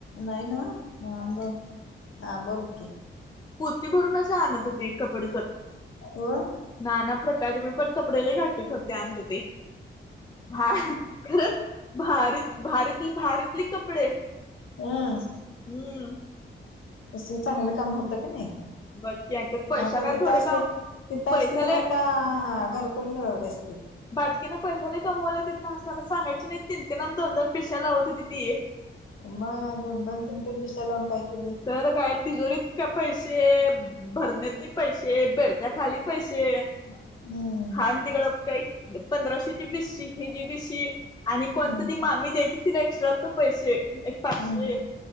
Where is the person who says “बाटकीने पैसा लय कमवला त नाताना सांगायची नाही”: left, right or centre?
Left